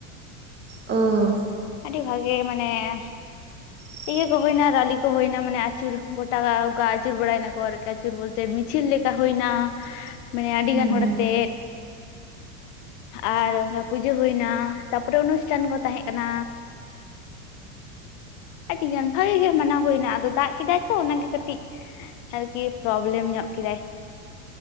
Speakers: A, on the right (about 25°); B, on the left (about 60°).
A: ᱳᱻ
B: ᱟᱹᱰᱤ ᱵᱷᱟᱜᱮ ᱢᱮᱱᱟᱭᱟ᱾
A: <inaudible>
B: ᱤᱭᱟᱹ ᱠᱚ ᱦᱩᱭᱱᱟ ᱨᱟᱹᱞᱤ ᱠᱚ ᱦᱩᱭᱱᱟ ᱢᱟᱱᱮ ᱟᱹᱪᱩᱨ ᱜᱚᱴᱟ ᱚᱱᱠᱟ ᱟᱹᱪᱩᱨ ᱵᱟᱲᱟᱭᱮᱱᱟᱠᱚ ᱟᱨᱠᱤ ᱟᱹᱪᱩᱨ ᱵᱚᱞᱛᱮ ᱢᱤᱫ ᱪᱤᱫ ᱞᱮᱠᱟ ᱦᱩᱭᱱᱟ᱾
A: <inaudible>
B: ᱢᱟᱱᱮ ᱟᱹᱰᱤ
A: ᱦᱮᱸ
B: ᱜᱟᱱ ᱦᱚᱲ
A: ᱦᱮᱸ
B: ᱟᱛᱮᱜ ᱟᱨ <unintelligible> ᱯᱩᱡᱟᱹ ᱦᱩᱭ ᱮᱱᱟ᱾ ᱛᱟᱯᱚᱨᱮ ᱚᱱᱩᱥᱴᱷᱟᱱ ᱠᱚ ᱛᱟᱦᱮᱸ ᱠᱟᱱᱟ᱾ ᱟᱹᱰᱤ ᱜᱟᱱ ᱵᱷᱟᱜᱤ ᱜᱮ ᱢᱟᱱᱟᱣ ᱦᱩᱭᱱᱟ ᱟᱫᱚ ᱫᱟᱜ ᱠᱮᱫᱟᱭ᱾ ᱛᱚ ᱚᱱᱟᱜᱮ ᱠᱟᱹᱴᱤᱡ ᱟᱨᱠᱤ ᱯᱨᱚᱵᱞᱮᱢ ᱧᱚᱜ ᱠᱮᱫᱟᱭ